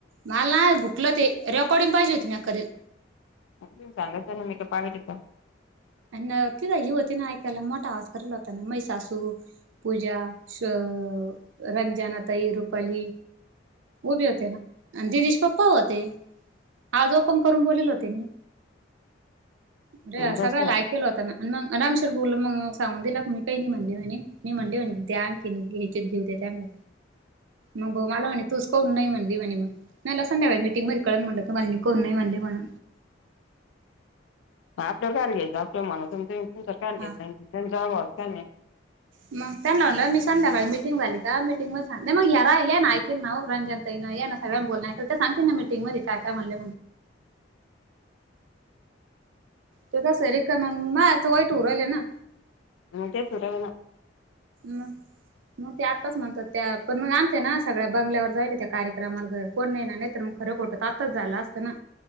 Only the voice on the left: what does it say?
अग तिने सांगाच ना मी का पागल हाय का.
मग
कस
<inaudible>
आपलं कार घ्यायचं आपल्या मनाच कार घेत
नाही जाच का नाही.
मग तेच होऊन राहिली ना.